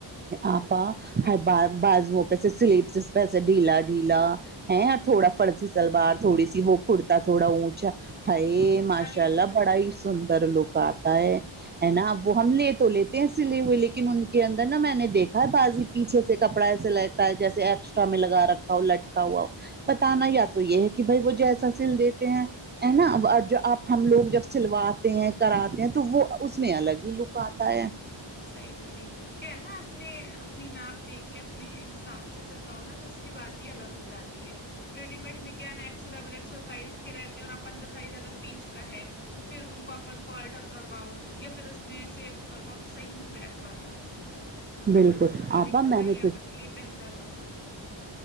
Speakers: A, on the right; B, on the left.
A: آپا بازو پہ سے سلیپس پہ سے ڈھیلا ڈھیلا
B: ہوں
A: ہے تھوڑا فرسی سلوار تھوڑی سی وہ کرتا تھوڑا اونچا ہیے ماشاء
B: تبھی
A: اللہ
B: اچھا لگتا
A: بڑا ہی
B: ہے
A: سندر ر لو کا آتا ہے ہے نا اب
B: ہوں
A: وہ ہم لے تو لیتے ہیں سلے ہوئے لیکن ان کی اندر نا میں نے دیکھا ہے بازی پیچھے سے کپڑا ایسے لگتا ہے جیے ایکسٹرا میں لگا رکھ لٹکا ہوا ہو پتا نا یا تو یہ ہے کہ بھائی وہ جیسا سل دیتے ہیں ہے نا جو آپ ہم لوگ جب سلواتے ہیں کراتے ہیں تو وہ اس میں الگ ہی لک آتا ہے
B: صحیح بولی رہی ہے کیا ہے نا اپنے اپنی ناپ دے کے اپنے حساب سے سلواؤ نا تو اس کی بات الگ ہو جاتی ہے ریڈی میڈ میں کیا نا ایکس ڈبل ایکسر سائز کے رہتے ہیں اور اپن کا سائز اگر بیچ کا ہے تو پھر ان کو اپن کو الٹر کرواؤ یا پھر اس اس میں سے وہ کرواؤ تو صحیح نہیں بیٹھ پاتا ہے وہ
A: بالکل
B: اپن سلوا
A: آپا
B: لیں گے نا
A: میں
B: وہی
A: نے تو
B: اپن لیے بہتر ہوگا